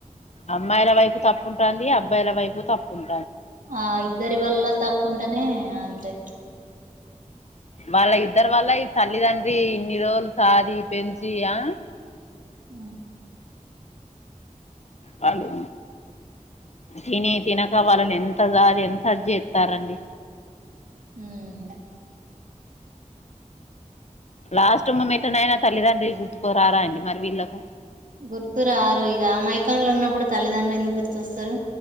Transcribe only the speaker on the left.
అమ్మాయిల వైపు తప్పు ఉంటాంది అబ్బాయిల వైపు తప్పున్
వాళ్ళ ఇద్దరు వాళ్ళ ఈ తల్లి తండ్రి ఇన్ని రోజులు సాది పెంచి ఆ
వాళ్ళు తిని తినక వాళ్ళని ఎంత జాది ఎంత జేస్తారండి
లాస్ట్ మూమెంట్ ట అయిన తల్లిదండ్రి గుర్తుకు రారా అండి మరి వీళ్ళకు